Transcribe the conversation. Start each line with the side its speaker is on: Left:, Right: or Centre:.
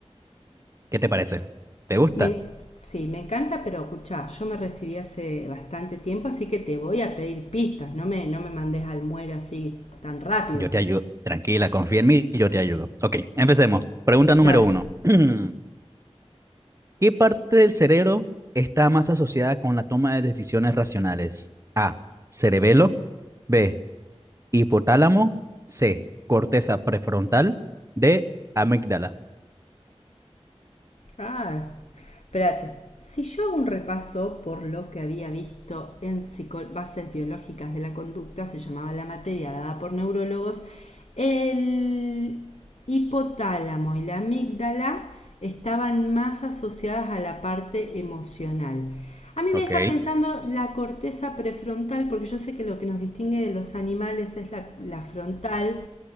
Right: ¿Qué te parece? ¿Te gusta?
Left: Me, en- sí, me encanta, pero escuchá, yo me recibí hace bastante tiempo, así que te voy a pedir pistas, no me, no me mandes al muere así tan rápido.
Right: Yo te ayudo. Tranquila, confía en mí, y yo te ayudo. Ok, empecemos. Pregunta número
Left: Dale.
Right: uno. <clears throat> ¿Qué parte del cerebro está más asociada con la toma de decisiones racionales? A. Cerebelo. B. Hipotálamo. C. Corteza prefrontal. D. Amígdala.
Left: Ah, espérate. Si yo hago un repaso por lo que había visto en psico- bases biológicas de la conducta, se llamaba la materia dada por neurólogos, el hipotálamo y la amígdala estaban más asociadas a la parte emocional. A mí me
Right: Ok,
Left: deja pensando la corteza prefrontal, porque yo sé que lo que nos distingue de los animales es la, la frontal,